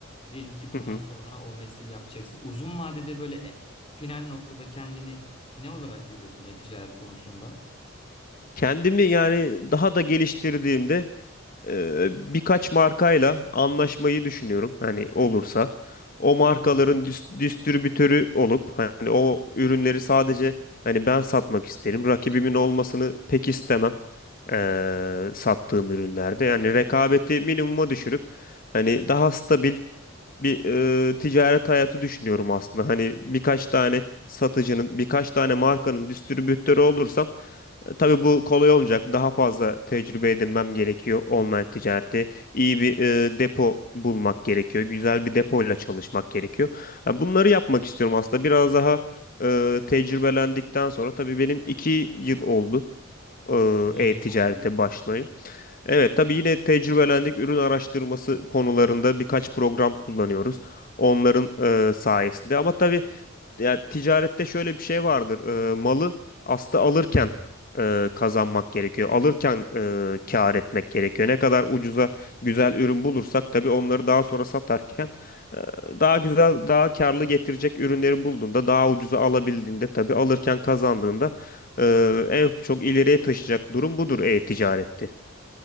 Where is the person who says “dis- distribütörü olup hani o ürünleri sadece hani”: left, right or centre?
Left